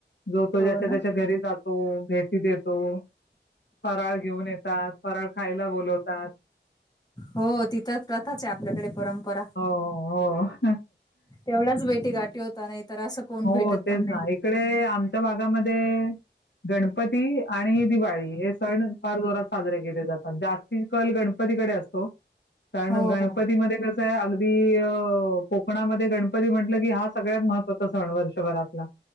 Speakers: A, on the left (about 65°); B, on the left (about 20°).
A: जो तो
B: हो
A: ज्याच्या
B: ना
A: त्याच्या घरी जातो. भेटती देतो. तो फराळ घेऊन येतात. फराळ खायला बोलवतात.
B: हो तिथंच प्रथाच आहे आपल्याकडे, परंपरा
A: हो, हो.
B: तेवढाच भेटी गाठीी होता नाही तर असं कोण
A: हो
B: भेटत
A: तेच
B: पण नाही.
A: ना इकडे आम भागामध्ये गणपती आणि दिवाळी हे सण फार जोरात साजरे केले जातात जास्ती कल गणपतीकडे असतो कारण
B: हो
A: गणपतीमध्येध्ये
B: हो
A: कस अगदी कोकणामध्ये गणपती म्हटलं की हा सगळ्यात महत्वाचा सण वर्षभरातला